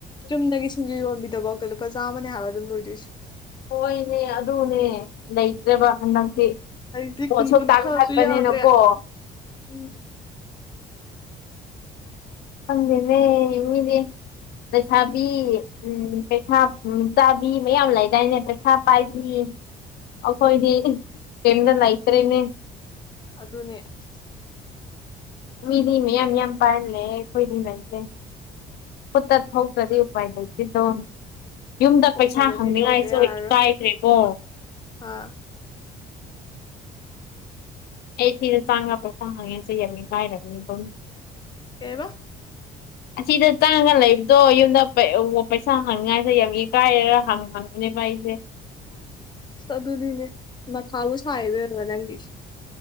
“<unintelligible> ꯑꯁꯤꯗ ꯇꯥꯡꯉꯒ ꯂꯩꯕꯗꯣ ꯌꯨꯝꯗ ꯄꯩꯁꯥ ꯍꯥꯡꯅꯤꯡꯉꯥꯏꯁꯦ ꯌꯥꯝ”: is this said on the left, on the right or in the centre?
Left